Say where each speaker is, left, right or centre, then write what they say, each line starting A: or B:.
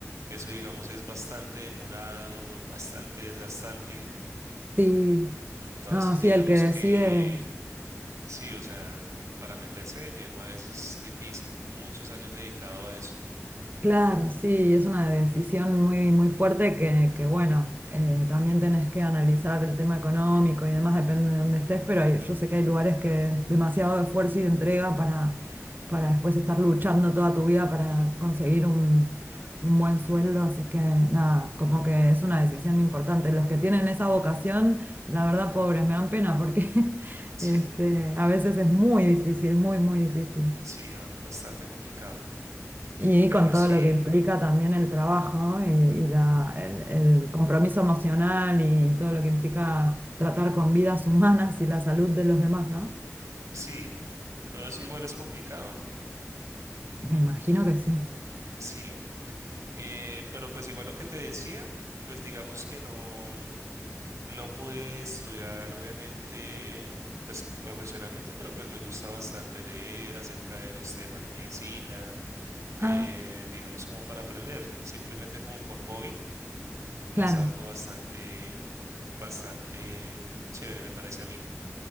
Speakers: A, on the right; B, on the right.
A: eso digamos es bastante demorado, bastante desgastante.
B: Sí.
A: Entonces
B: No, sí,
A: digamos
B: el que decide.
A: que Sí, o sea, para meterse de lleno a eso es difícil. Muchos años dedicado a eso.
B: Claro, sí, es una decisión muy, muy fuerte que, que, bueno, eh, también tenés que analizar el tema económico y demás, depende de dónde estés, pero hay- yo sé que hay lugares que es demasiado esfuerzo y entrega para, para después estar luchando toda tu vida para conseguir un, un buen sueldo, así que nada, como que es una decisión importante. Los que tienen esa vocación, la verdad, pobres, me dan pena porque <laughs>
A: Sí,
B: este, a veces es muy difícil, muy, muy difícil.
A: sí, um, bastante complicado.
B: Y
A: Pero
B: con todo
A: sí,
B: lo que implica también el trabajo y, y la- el, el compromiso emocional y todo lo que implica tratar con vidas humanas y la salud de los demás, ¿no?
A: sí, todo eso igual es complicado.
B: Me imagino que sí.
A: Sí, eh, pero pues igual lo que te decía, pues digamos que no, no pude estudiar, obviamente, pues profesionalmente, pero pues me gusta bastante leer acerca de los temas de medicina, eh,
B: Ah,
A: digamos como para aprender, simplemente como por hobby
B: claro.
A: Es algo bastante, mm, bastante chévere, me parece a mí.